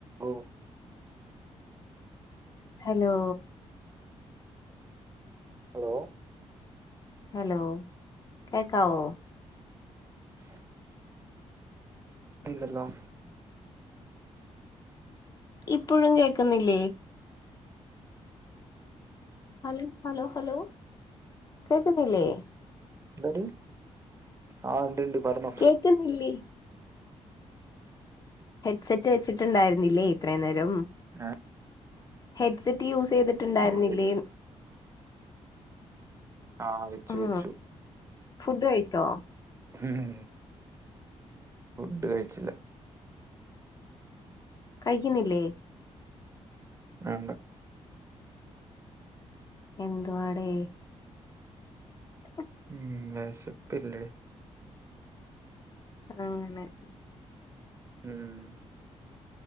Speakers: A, on the right; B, on the left.
A: ഓ
B: hello..
A: hello
B: hello കേക്കാവോ..
A: <inaudible> ത്തില്ലല്ലോ..
B: ഇപ്പോഴും കേക്കുന്നില്ലേ.. ഹൽ, ഹലോ, ഹലോ, കേക്കുന്നില്ലേ..
A: ന്തടി. ആഹ് ണ്ട് ണ്ട്. പർണോ..
B: കേക്ന്നില്ലേ.. ഹെഡ്സെറ്റ് വെച്ചിട്ട്ണ്ടായിരുന്നില്ലേ. ഇത്ര നേരം.
A: ഏ
B: ഹെഡ്സെറ്റ് യൂസ് യ്തി ട്ട്ണ്ടാര്ന്നില്ലേന്ന്..
A: ആ വെച്ചു ആ വെച്ചു
B: ഉം
A: വെച്ചു
B: ഫുഡ് കയിച്ചോ..
A: മ്മ്ഹ്. ഫുഡ് കഴിച്ചില്ല..
B: കയിക്ന്നില്ലേ..
A: ആണ്ട്..
B: എന്തുവാടേ.. <inaudible>
A: മ്മ്ഹ് വെഷപ്പില്ലേ..
B: ആഹ് അങ്ങനെ..
A: ഉം..